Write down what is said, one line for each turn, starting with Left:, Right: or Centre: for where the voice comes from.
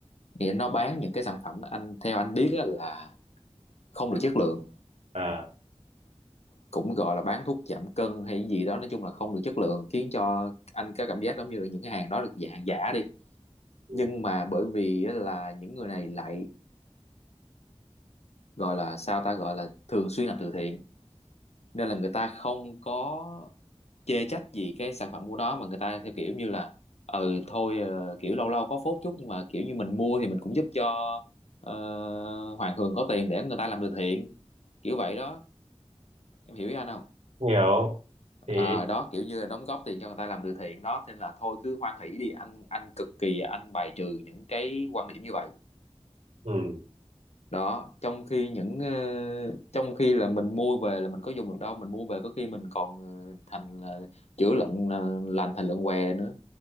Left: nghĩa nó bán những cái sản phẩm anh theo anh biết á, là không được chất lượng
Right: à
Left: cũng gọi là bán thuốc giảm cân hay gì đó nói chung là không được chất lượng khiến cho anh có cảm giác giống như là những cái hàng đó được dạng hàng giả đi
Right: ừ.
Left: nhưng mà bởi vì á, là những người này lại gọi là sao ta gọi là thường xuyên làm từ thiện nên là người ta không có chê trách gì cái sản phẩm của nó mà người ta theo kiểu như là ừ thôi ờ, kiểu lâu lâu có phốt chút nhưng mà kiểu như mình mua thì mình cũng giúp cho ờ, Hoàng Hường có tiền để người ta làm từ thiện kiểu vậy đó em hiểu ý anh không
Right: hiểu
Left: à,
Right: thì
Left: đó kiểu như là đóng góp tiền cho người ta làm từ thiện đó nên là thôi cứ hoan hỷ đi anh anh cực kỳ anh bài trừ những cái quan điểm như vậy
Right: ừ.
Left: đó trong khi những ờ, trong khi là mình mua về là mình có dùng được đâu mình mua về có khi mình còn ờ, thành là chữa lợn ờ, lành thành lợn què nữa